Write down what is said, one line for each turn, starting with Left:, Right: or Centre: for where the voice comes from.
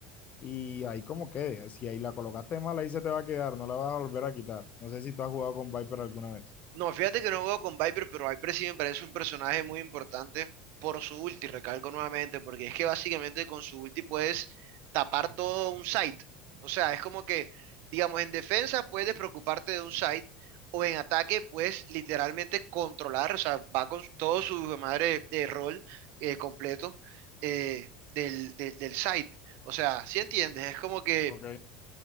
Left: y ahí como quede. Si ahí la colocaste mal, ahí se te va a quedar, no la vas a volver a quitar. No sé si tú has jugado con Viper alguna vez.
Right: No, fíjate que no juego con Viper, pero Viper sí me parece un personaje muy importante por su ulti, recalco nuevamente, porque es que básicamente con su ulti puedes tapar todo un site. O sea, es como que, digamos, en defensa puedes preocuparte de un site o en ataque puedes literalmente controlar, o sea, va con todo su madre de rol eh, completo eh, del, del, del site. O sea, si entiendes? Es como que
Left: Ok.